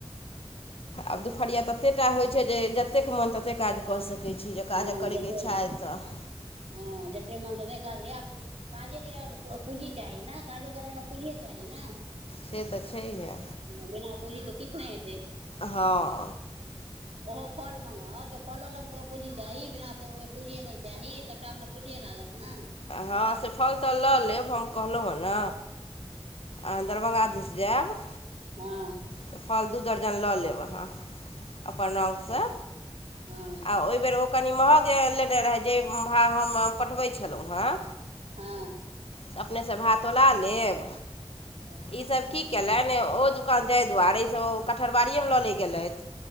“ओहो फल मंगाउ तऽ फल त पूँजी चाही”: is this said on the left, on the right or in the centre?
Right